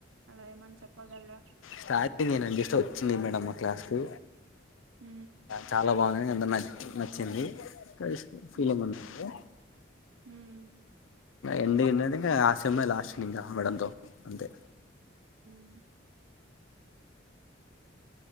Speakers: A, on the right; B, on the left.
A: అలాఎమానా చెప్పగలరా
B: స్టార్టింగ్ నేను వచ్చింది మేడం మా క్లాస్ కు
A: ఉమ్
B: చాలా బాగుంది అంటే నాకు నచ్చింది క్రష్ ఫీలింగుంటది
A: ఉమ్ ఉమ్
B: ఎండి ఏదంటే ఆ సెమే లాస్ట్ ఇంకా మేడంతో అంతే
A: హ్మ్మ్